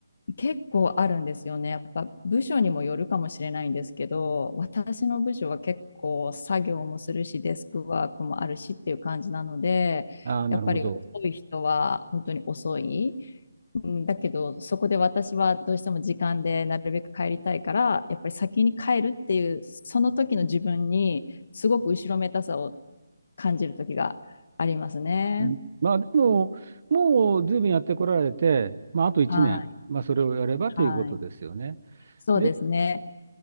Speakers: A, on the left; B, on the right.
A: 結構あるんですよね。やっぱ部署にもよるかもしれないんですけど、私の部署は結構作業もするし、デスクワークもあるしっていう感じなので、
B: ああー、なるほど。
A: やっぱり遅い人は本当に遅い。うん、だけど、そこで私はどうしても時間でなるべく帰りたいから、やっぱり先に帰るっていう、その時の自分に、すごく後ろめたさを感じる時がありますね。
B: うんまあ、でも、もう随分やってこられて、まあ、あと1年、
A: はい、
B: まあ、それをやればということですよね。
A: はい。そうですね。
B: で、